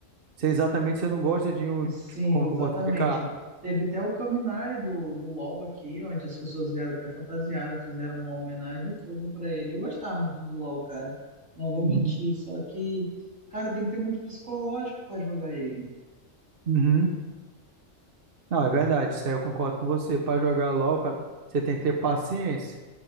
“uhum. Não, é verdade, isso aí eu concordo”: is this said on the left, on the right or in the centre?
Right